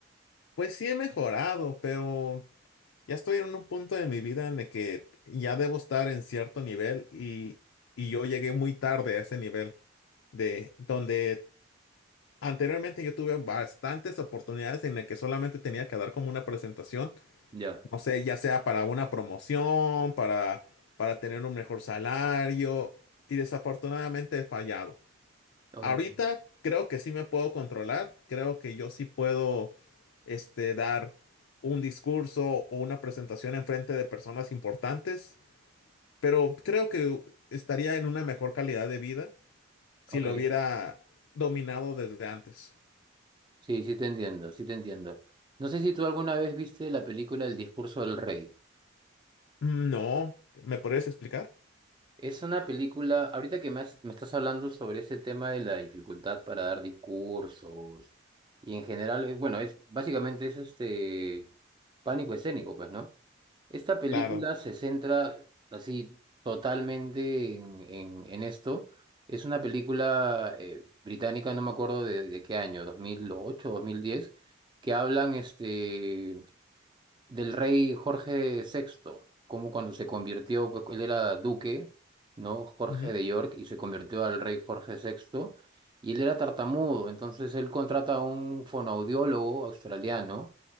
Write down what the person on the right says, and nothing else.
Ya.
O-
ok,
sí, sí te entiendo, sí te entiendo. No sé si tú alguna vez viste la película El discurso del rey.
Es una película, ahorita que me, has- me estás hablando sobre ese tema de la dificultad para dar discursos y en general, eh, bueno, es básicamente es este pánico escénico, pues, ¿no? Esta película
se centra así totalmente en, en, en esto. Es una película eh, británica, no me acuerdo de, de qué año, dos dos mil ocho dos mil diez que hablan este del rey Jorge sexto, como cuando se convirtió, pues él era duque, ¿no? Jorge
de York, y se convirtió al rey Jorge sexto y él era tartamudo, entonces él contrata a un fonoaudiólogo australiano